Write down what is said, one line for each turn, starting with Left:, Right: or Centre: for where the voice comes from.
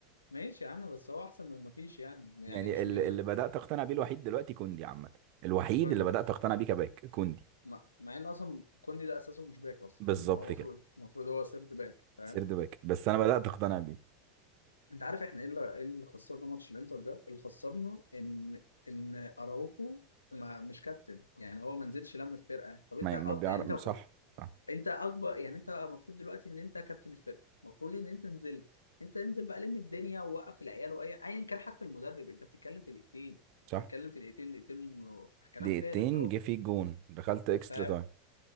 Left: ماشي يا عم بس هو احسن من ما فيش يعني
Right: يعني
Left: يعني مش
Right: اللي
Left: مش زي
Right: اللي بدأت أقتنع بيه الوحيد دلوقتي كوندي عامة الوحيد
Left: كوندي
Right: اللي بدأت أقتنع بيه كباك كوندي
Left: مع مع ان اصلا كوندي ده اساسه مش باك اصلا
Right: بالظبط
Left: يعني هو المفروض
Right: كده
Left: المفروض هو سيرد باك فاهم
Right: سيرد باك بس أنا بدأت أقتنع بيه
Left: انت عارف احنا ايه اللي ايه اللي خسرنا ماتش الانتر ده اللي خسرنا ان ان اراوخو ما مش كابتن يعني هو ما نزلش لم الفرقه طب انت
Right: ما
Left: أ-
Right: ما بيعرف
Left: يعني انت المفروض
Right: صح صح
Left: انت اكبر يعني انت المفروض دلوقتي ان انت كابتن الفرقه المفروض ان انت نزلت انت انزل بقى لم الدنيا ووقف العيال واي ايا كان حتى المدرب انت بتتكلم في دقيقتين
Right: صح
Left: بتتكلم في دقيقتين دقيقتين و- كلام
Right: دقيقتين
Left: فارغ لو
Right: جه في جون دخلت اكسترا
Left: فاهم
Right: تايم